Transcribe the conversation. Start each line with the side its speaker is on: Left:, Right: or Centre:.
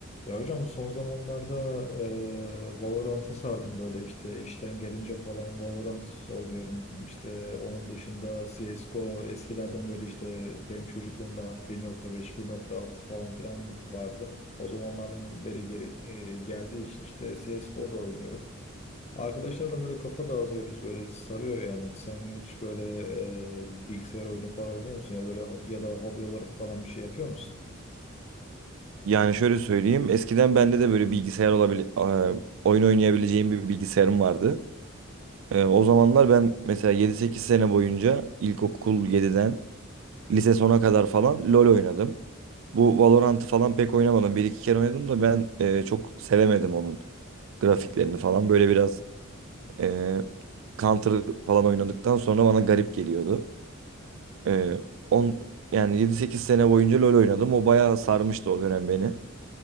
Left: Ya hocam son zamanlarda e, Valorant'a sardım böyle işte işten gelince falan Valorant oynuyorum. İşte onun dışında CSGO eskilerden böyle işte benim çocukluğumda 1.5, 1.6 falan filan vardı. O zamanların beri geri, e, geldiği için işte CSGO'da oynuyorum. Arkadaşlarla böyle kafa dağıtıyoruz böyle sarıyor yani. Sen hiç böyle e, bilgisayar oyunu falan oynuyor musun ya böyle ho- ya da hobi olarak falan bir şey yapıyor musun?
Right: Yani şöyle söyleyeyim. Eskiden bende de böyle bilgisayar olabil e, oyun oynayabileceğim bir bilgisayarım vardı. E, o zamanlar ben mesela 7-8 sene boyunca ilkokul 7'den lise sona kadar falan LoL oynadım. Bu Valorant'ı falan pek oynamadım. Bir iki kere oynadım da ben e, çok sevemedim onun grafiklerini falan. Böyle biraz e, Counter falan oynadıktan sonra bana garip geliyordu. E, on, yani 7-8 sene boyunca LoL oynadım. O bayağı sarmıştı o dönem beni.